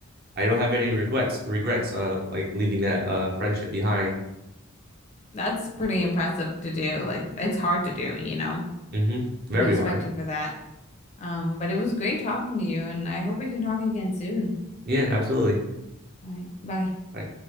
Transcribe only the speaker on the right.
I don't have any regrets regrets uh like leaving that uh friendship behind.
hmm Very
hard.
Yeah, absolutely.
Like